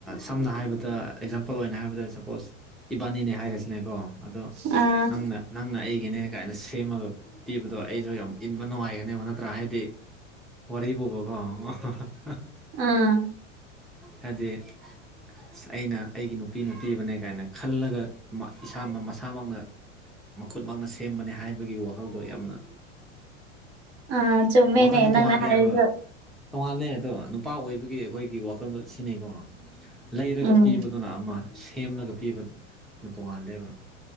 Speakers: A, in the centre; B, on the right.
A: ꯁꯝꯅ ꯍꯥꯏꯔꯕꯗ ꯑꯦꯛꯖꯥꯝꯄꯜ ꯑꯣꯏꯅ ꯍꯥꯏꯕꯗ ꯁꯄꯣꯁ ꯏꯕꯥꯅꯤꯅꯦ ꯍꯥꯏꯔꯁꯤꯅꯦꯀꯣ ꯑꯗꯣ
B: ꯑꯥ
A: ꯅꯪꯅ ꯅꯪꯅ ꯑꯩꯒꯤꯅꯦ ꯀꯥꯏꯅ ꯁꯦꯝꯃꯒ ꯄꯤꯕꯗꯣ ꯑꯩꯁꯨ ꯌꯥꯝ ꯏꯟꯕ ꯅꯨꯡꯉꯥꯏꯒꯅꯦꯕ ꯅꯠꯇ꯭ꯔꯥ ꯍꯥꯏꯕꯗꯤ ꯋꯥꯔꯤꯕꯎ ꯕꯀꯣ ꯍꯥ ꯍꯥ ꯒꯒ
B: ꯑꯥ
A: ꯍꯥꯏꯗꯤ
B: <unintelligible>
A: ꯁ ꯑꯩꯅ ꯑꯩꯒꯤ ꯅꯨꯄꯤ ꯅꯨꯄꯤꯔꯤꯕꯅꯦ ꯀꯥꯏꯅ ꯈꯜꯂꯒ ꯏꯁꯥ ꯃꯁꯥꯃꯛꯅ ꯃꯈꯨꯠꯃꯛꯅ ꯁꯦꯝꯕꯅꯤ ꯍꯥꯏꯕꯒꯤ ꯋꯥꯈꯜꯗꯣ ꯌꯥꯝꯅ
B: ꯑ ꯆꯨꯝꯃꯦꯅꯦ
A: ꯋꯥꯈꯟꯗꯣ
B: ꯅꯪꯅ
A: ꯇꯣꯡꯉꯥꯜꯂꯦꯕ
B: ꯍꯥꯏꯔꯤꯗꯨ
A: ꯇꯣꯡꯉꯥꯜꯂꯦ ꯑꯗꯣ ꯅꯨꯄꯥ ꯑꯣꯏꯕꯒꯤ ꯑꯩꯈꯣꯏꯒꯤ ꯋꯥꯈꯜꯗꯣ ꯁꯤꯅꯤꯩꯀꯣ ꯂꯩꯔꯒ
B: ꯎꯝ
A: ꯄꯤꯕꯗꯨꯅ ꯑꯃ ꯁꯦꯝꯂꯒ ꯄꯤꯕ ꯅ ꯇꯣꯉꯥꯜꯂꯦꯕ